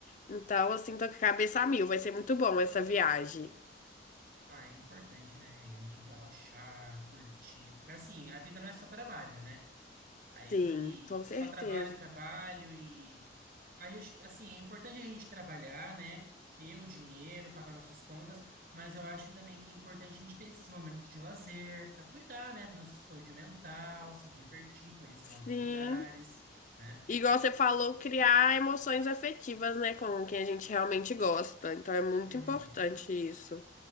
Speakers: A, on the left (about 45°); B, on the right (about 55°).
A: Então, assim, tô com a cabeça a mil, vai ser muito bom essa viagem.
B: Ah, é importante, né, amiga? A gente relaxar, curtir. Porque, assim, a vida não é só trabalho, né? Aí
A: Sim, com certeza.
B: só trabalho, trabalho e a gente, assim, é importante a gente trabalhar, né? Ter o dinheiro, pagar nossas contas, mas eu acho também que é importante a gente ter esses momentos de lazer para cuidar, né, da nossa saúde mental, se divertir, conhecer
A: Sim.
B: novos lugares, né?
A: Igual você falou, criar emoções afetivas, né, com quem a gente realmente gosta. Então é muito
B: Uhum,
A: importante isso.